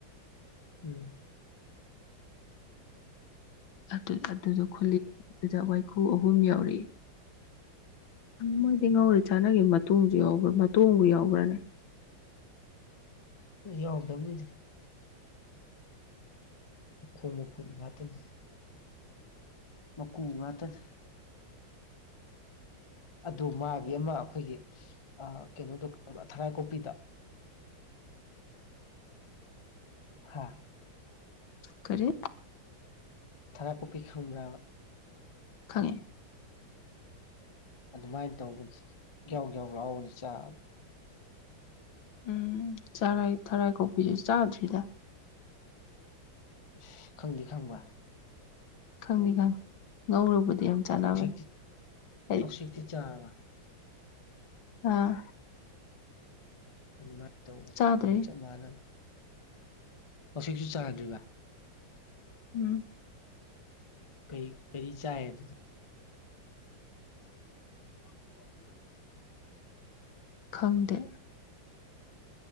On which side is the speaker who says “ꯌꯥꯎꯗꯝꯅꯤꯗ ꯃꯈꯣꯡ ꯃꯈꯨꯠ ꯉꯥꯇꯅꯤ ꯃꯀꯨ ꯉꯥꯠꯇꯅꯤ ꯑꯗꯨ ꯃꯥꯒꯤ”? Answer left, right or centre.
Left